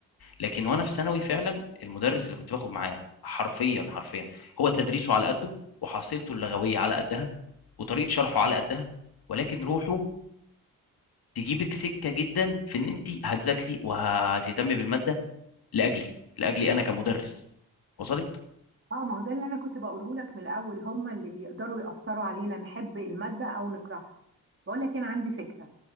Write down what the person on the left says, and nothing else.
لكن وانا في ثانوي فعلا المدرس اللي كنت باخد معاه حرفيا حرفيا هو تدريسه على قده وحصيلته اللغويه على قدها وطريقه شرحه على قدها ولكن روحه تجيبك سكه جدا في ان انت هتذاكري وهتهتمي بالماده لاجلي لاجلي انا كمدرس وصلت